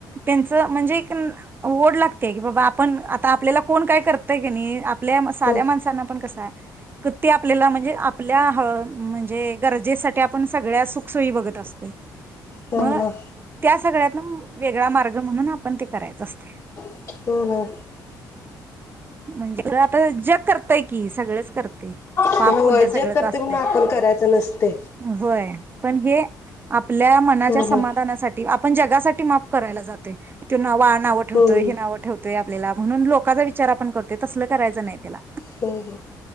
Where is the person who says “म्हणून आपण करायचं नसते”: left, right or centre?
Left